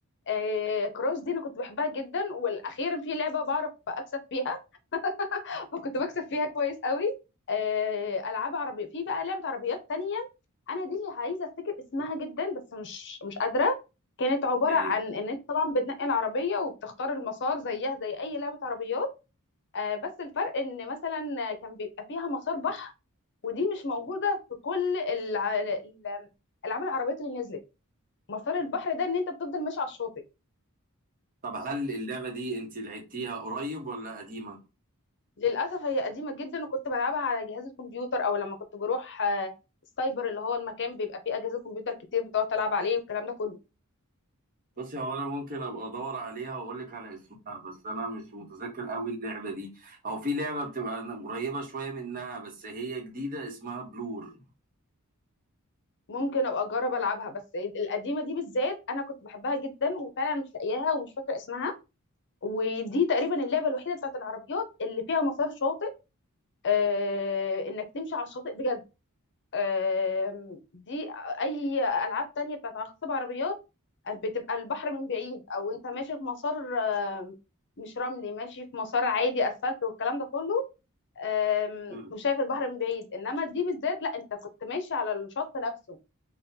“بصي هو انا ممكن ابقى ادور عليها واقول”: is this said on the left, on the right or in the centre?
Right